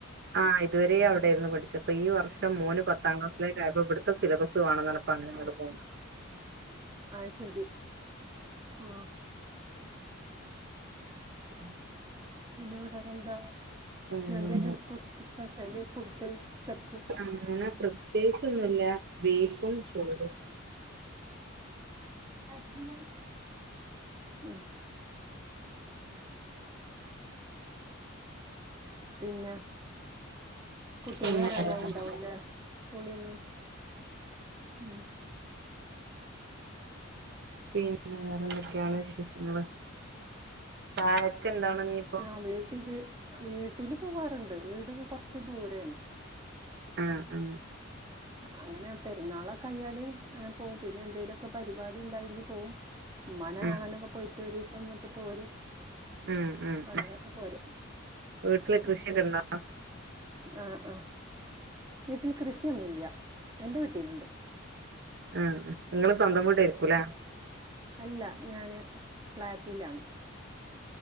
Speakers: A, on the right; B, on the right.
A: ആ ഇതുവരേ അവിടെയിര്ന്നു പഠിച്ചെ പ്പോ ഈ വർഷം മോന് പത്താം ക്ലാസ്സിലേക്ക് ആയപ്പം ഇവിടെ ത ത്ത സിലബസ് വേണന്നറഞ്ഞപ്പോ അങ്ങനെ ഇങ്ങട്ട പോന്ന
B: അയ്ശെരി ആ
A: ഹും
B: പിന്നെ വേറെന്താ
A: വേറെന്താ
B: <unintelligible> സ്പെഷ്യലി ഫുഡ്. ഉച്ചക്ക്
A: അങ്ങനെ പ്രത്യേകിച്ചൊന്നുല്ല്യ ബീഫും ചോറും.
B: <inaudible> ഉം. പിന്നെ. കുട്ട്യേള്
A: പിന്നെ
B: വരാനായിണ്ടാവുംല്ലേ സ്കൂളീന്ന്. ഉം.
A: പിന്നെ വേറെന്തൊക്കെയാണ് വിശേഷങ്ങള്. ചായക്ക് എന്താണ് ഇനിയിപ്പോ
B: ആ വേട്ടി വീട്ടില് പോവാറ്ണ്ട് വീട് കൊറച്ച് ദൂരയാണ്.
A: ആ ആ.
B: അങ്ങനെ പെരുന്നാളൊക്കെ ആയാല് അങ്ങനെ പോവും, പിന്നെ എന്തെലൊക്കെ പരിപാടി ഇണ്ടായെങ്കി പോവും. മ്മാനെ
A: ആഹ്
B: കാണാനൊക്കെ പോയിറ്റ് ഒരീസം നിന്നിട്ട് പോരും.
A: ആഹ് ആഹ്
B: അങ്ങനെയൊക്കെ
A: ആഹ്
B: പോരും
A: വീട്ടില് കൃഷിയൊക്കെ
B: ഉം.
A: ഉണ്ടോ
B: ആ ആ വീട്ടിൽ കൃഷിയൊന്നുല്ല്യ എന്റെ വീട്ടീല്ണ്ട്.
A: ആ ഇങ്ങള് സ്വന്തം വീടായിരിക്കൂലേ.
B: അല്ല ഞാന് ഫ്ളാറ്റിലാണ്.